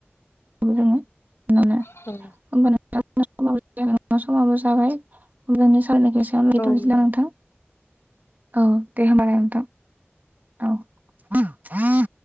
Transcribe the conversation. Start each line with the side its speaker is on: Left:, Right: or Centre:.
Right: खौ जोङो मोनो
Left: औ
Right: <inaudible> समाबो जाबाय <unintelligible> <unintelligible>
Left: औ
Right: नामा
Left: औ नंगौ
Right: नोंथां औ दे होमबालाय नोंथां औ